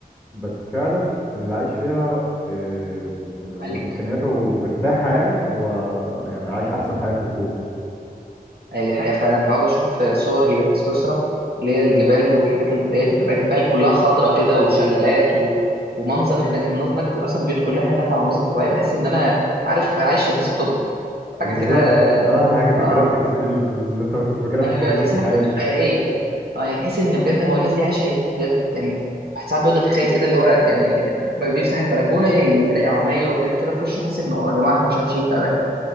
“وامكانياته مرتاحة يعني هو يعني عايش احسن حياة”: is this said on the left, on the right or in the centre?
Right